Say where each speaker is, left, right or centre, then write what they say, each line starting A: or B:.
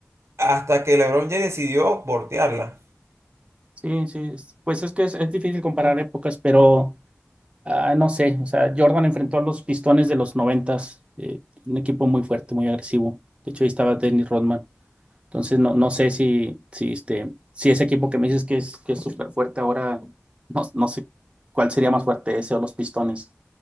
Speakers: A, on the right; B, on the right.
A: hasta que LeBron ya decidió voltearla.
B: sí, sí. es- Pues es que es, es difícil comparar épocas, pero ah, no sé, o sea, Jordan enfrentó a los Pistones de los noventas, eh, un equipo muy fuerte, muy agresivo. De hecho, ahí estaba Dennis Rodman. Entonces, no, no sé si, si, este, si ese equipo que me dices que es, que es súper fuerte ahora, no, no sé cuál sería más fuerte, ese o los Pistones.